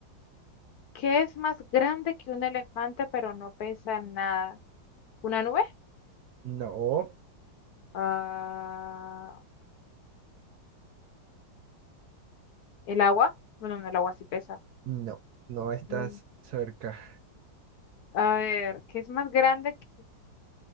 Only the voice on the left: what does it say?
¿Qué es más grande que un elefante pero no pesa nada? ¿Una nube?
Ah, ¿el agua? Bueno, no, el agua sí pesa.
Mm,
A ver, ¿qué es más grande? que-